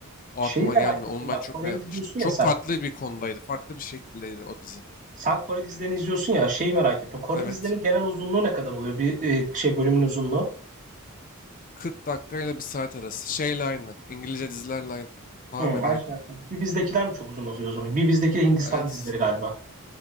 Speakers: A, on the left (about 40°); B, on the right (about 35°).
A: O
B: Şeyi
A: aklıma
B: merak
A: gelmiyor.
B: ettim
A: Onu ben
B: bak.
A: çok
B: Kore'yi
A: beğenmiştim.
B: izliyorsun
A: Çok
B: ya sen.
A: farklı bir konudaydı. Farklı bir şekildeydi o dizi.
B: Sen Kore dizilerini izliyorsun ya. Şeyi merak ettim. Kore
A: Evet.
B: dizilerinin genel uzunluğu ne kadar oluyor? Bir e, şey bölümün uzunluğu.
A: 40 dakika ile bir saat arası. Şeyle aynı. İngilizce dizilerle aynı. Tamamen
B: Hı, aşağı
A: aynı.
B: yukarı. Bir bizdekiler mi çok uzun oluyor o zaman? Bir bizdeki Hindistan
A: Evet.
B: dizileri galiba.